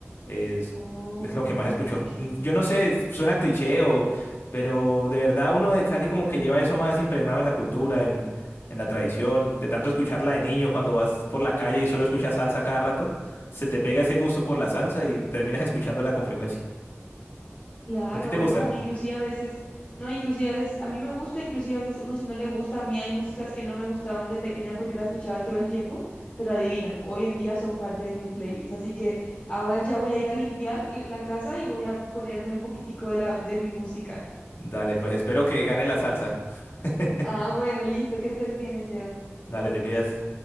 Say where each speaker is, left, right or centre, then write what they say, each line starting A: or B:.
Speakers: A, on the left; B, on the left.
A: es,
B: Oh,
A: es lo que más escucho.
B: ok.
A: Mm, Yo no sé, suena cliché o, pero de verdad uno de Cali como que lleva eso más impregnado en la cultura, en, en la tradición, de tanto escucharla de niño cuando vas por la calle y solo escuchas salsa cada rato se te pega ese gusto por la salsa y terminas escuchándola con frecuencia.
B: Claro,
A: ¿A ti te gusta?
B: no, inclusive a veces, no, inclusive a veces, a mí me gusta, inclusive a veces uno si no le gusta, a mí hay músicas que no me gustaban de pequeña porque las escuchaba todo el tiempo, pero adivina, hoy en día son parte de mi playlist, así que ahora ya voy a ir a limpiar l- la casa y voy a ponerme un poquitico de la, de mi música.
A: Dale, pues espero que gane la salsa. <laughs>
B: Ah, bueno, listo, que estés bien, Esteban.
A: Dale, te cuidas.